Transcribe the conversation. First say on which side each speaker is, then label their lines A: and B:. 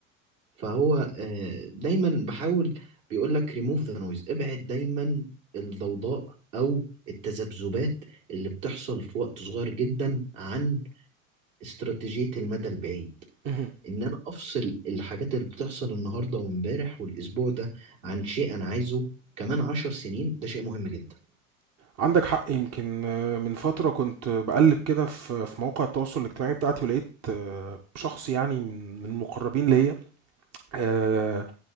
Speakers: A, on the right; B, on the right.
A: فهو آه، دايما بحاول بيقول لك ريموف ذا نويز ابعد دايما الضوضاء او التذبذبات اللي بتحصل في وقت صغير جدا عن استراتيجية المدى البعيد
B: مم.
A: ان انا افصل الحاجات اللي بتحصل النهاردة وامبارح والاسبوع ده عن شيء انا عايزه كمان عشر سنين ده شيء مهم جدا
B: عندك حق يمكن آه، من فترة كنت بقلب كده في في مواقع التواصل الاجتماعي بتاعتي ولقيت آه، شخص يعني من من المقربين ليا آه،